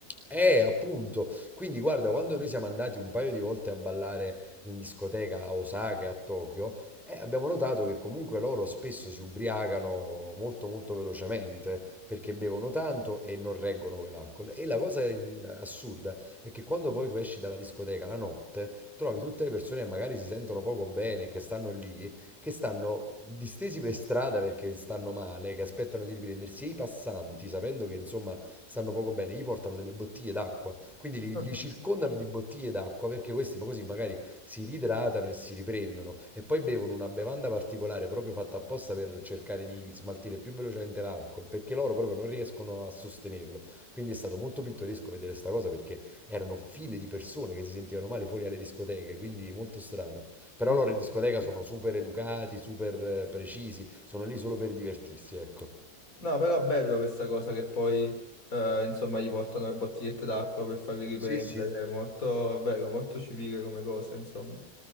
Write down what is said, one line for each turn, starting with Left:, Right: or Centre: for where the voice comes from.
Centre: Eh, appunto. Quindi guarda, quando noi siamo andati un paio di volte a ballare in discoteca a Osaka e a Tokyo, eh, abbiamo notato che comunque loro spesso si ubriacano molto molto velocemente perché bevono tanto e non reggono quell'alcol. E la cosa in- assurda è che quando poi tu esci dalla discoteca la notte, trovi tutte le persone che magari si sentono poco bene, che stanno lì, che stanno distesi per strada perché stanno male, che aspettano di riprendersi e i passanti, sapendo che insomma stanno poco bene, gli portano delle bottiglie d'acqua, quindi li,
Left: <laughs> Ah,
Centre: li circondano di bottiglie d'acqua perché questi ma così magari si riidratano e si riprendono e poi bevono una bevanda particolare proprio fatta apposta per cercare di smaltire più velocemente l'alcol, perché loro proprio non riescono a sostenerlo. Quindi è stato molto pittoresco vedere sta cosa perché erano file di persone che si sentivano male fuori alle discoteche, quindi molto strano. Però
Left: incredibile.
Centre: loro in discoteca sono super educati, super eh, precisi, sono lì solo per divertirsi, ecco.
Left: No, però è bello questa cosa che poi, eh, insomma, gli portano le bottigliette d'acqua per farli riprendere.
Centre: Sì, sì.
Left: È molto, è vero, molto civile come cosa, insomma.